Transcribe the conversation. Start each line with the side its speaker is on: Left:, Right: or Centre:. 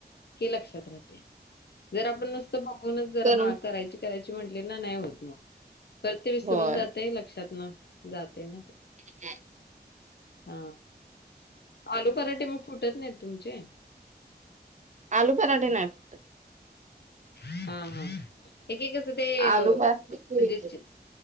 Left: की लक्षात राहतंय जर आपण नुसतं बघूनच जर
Right: करून
Left: हा करायची करायची म्हटली ना नाही होतं मग परत ते विसरून
Right: होय
Left: जातयं, लक्षातनं जातयं ना ते.
Right: <unintelligible>
Left: हा, आलू पराठे मग फुटत नाहीत तुमचे?
Right: आलू पराठे नाही फुटत.
Left: हा, हा. एक- एक कसं ते
Right: आलू
Left: म्हणजे
Right: भाजी
Left: चि